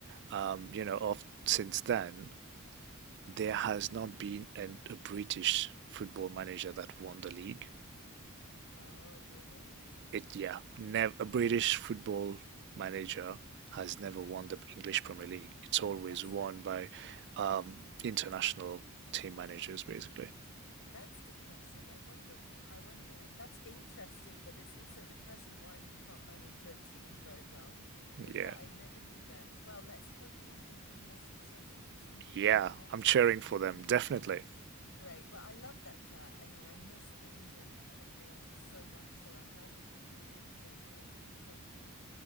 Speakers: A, on the right; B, on the left.
A: Um, you know, of, since then, there has not been an, a British football manager that won the league.
B: Oh, really?
A: It, yeah, nev- a British football manager has never won the English Premier League. It's
B: Oh,
A: always
B: that's
A: won by um, international team managers, basically.
B: That's depressing. I wonder, I wonder, that's interesting, but it's also depressing why we can't manage a team very well.
A: Yeah,
B: But yeah, I never knew that. Well, let's hope the England team has success with this new German
A: yeah,
B: manager.
A: I'm cheering for them, definitely.
B: Great. Well, I love that chat. I mean, I miss the England football so much, so I'm glad you're keeping me up to date with everything. Thank you.